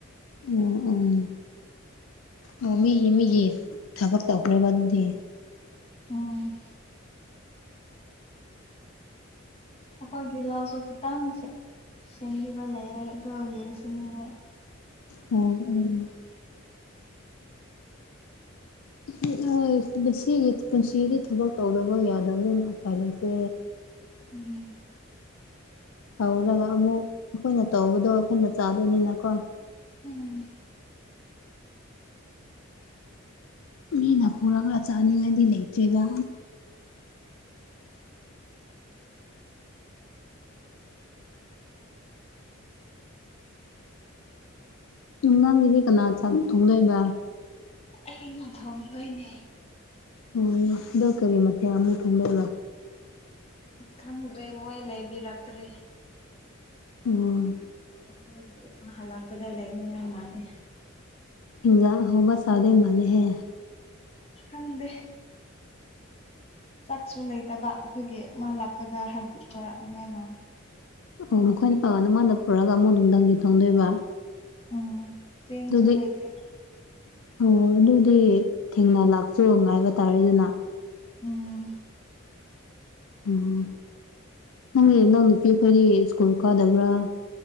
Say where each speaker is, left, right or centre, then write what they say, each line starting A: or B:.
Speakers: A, on the left; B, on the left.
A: ꯑꯣ ꯑꯣ ꯑꯣ ꯃꯤꯒꯤ ꯃꯤꯒꯤ ꯊꯕꯛ ꯇꯧꯈ꯭ꯔꯕ ꯑꯗꯨꯗꯤ
B: ꯎꯝ ꯑꯩꯈꯣꯏꯒꯤ ꯂꯥꯎꯁꯨ ꯈꯤꯇꯪꯁꯦ ꯁꯦꯝꯕꯤꯕ ꯂꯩꯌꯦ ꯑꯗꯨ ꯌꯦꯡꯁꯤꯟ ꯅꯤꯉꯥꯏ
A: ꯑꯣ ꯎꯝ <unintelligible> ꯄꯨꯟꯁꯤꯒꯤ ꯊꯕꯛ ꯇꯧꯗꯕ ꯌꯥꯗꯕꯅꯤꯅ ꯎꯄꯥꯏ ꯂꯩꯇꯦ
B: ꯎꯝ
A: ꯇꯧꯔꯒ ꯑꯃꯨꯛ ꯑꯩꯈꯣꯏꯅ ꯇꯧꯕꯗꯣ ꯑꯩꯈꯣꯏꯅ ꯆꯥꯗꯣꯏꯅꯤꯅꯀꯣ
B: ꯎꯝ
A: ꯃꯤꯅ ꯄꯨꯔꯒ ꯆꯥꯅꯤꯡꯉꯥꯏꯗꯤ ꯂꯩꯇ꯭ꯔꯦꯔꯤꯕ ꯇꯨ ꯅꯪꯒꯤꯗꯤ ꯀꯅꯥ ꯆꯥꯛ ꯊꫭꯡꯗꫭꯏꯕ
B: ꯑꯩꯩꯅ ꯊꯣꯡꯗꯣꯏꯅꯦ
A: ꯑꯣ ꯑꯗꯣ ꯀꯔꯤ ꯃꯊꯦꯡ ꯑꯃꯨꯛ ꯊꯣꯡꯗꯣꯏꯕ
B: ꯈꯪꯗ꯭ꯔꯦ ꯃꯣꯏ ꯂꯩꯕꯤꯔꯛꯇ꯭ꯔꯤ
A: ꯑꯣ
B: ꯑꯩꯈꯣꯏꯒꯤ ꯏꯃꯥ ꯍꯜꯂꯛꯄꯗ ꯂꯛꯅꯤꯡꯉꯥꯏ ꯃꯥꯜꯂꯤ
A: ꯍꯤꯟꯖꯥꯡ ꯑꯍꯧꯕ ꯆꯥꯗꯩ ꯃꯥꯥꯟꯅꯩꯍꯦ
B: ꯍꯪꯗꯦ ꯆꯥꯛꯁꯨ ꯂꯩꯇꯕ ꯑꯗꯨꯒꯤ ꯃꯥ ꯂꯥꯛꯄꯗ ꯍꯪ ꯍꯔꯛꯅꯤꯉꯥꯏ ꯃꯥꯥꯜꯂꯦ
A: ꯑꯣ ꯅꯈꯣꯏꯅ ꯑ ꯅꯃꯥꯟꯗ ꯄꯨꯔꯛꯑꯒ ꯑꯃꯨꯛ ꯅꯧꯅ ꯊꯣꯡꯗꯣꯏꯕ
B: ꯎꯝ ꯁꯤꯡꯁꯨ
A: ꯑꯗꯨꯗꯤ
B: ꯂꯩꯇꯦ
A: ꯑꯣ ꯑꯗꯨꯗꯤ ꯊꯦꯡꯅ ꯂꯥꯛꯆꯨ ꯉꯥꯏꯕ ꯇꯥꯔꯦꯅꯦ ꯅꯪ
B: ꯎꯝ
A: ꯎꯝ ꯅꯪ ꯒꯤ ꯏꯅꯥꯎ ꯅꯨꯨꯄꯤꯈꯣꯏꯗꯤ ꯁ꯭ꯀꯨꯜ ꯀꯥꯗꯕ꯭ꯔꯥ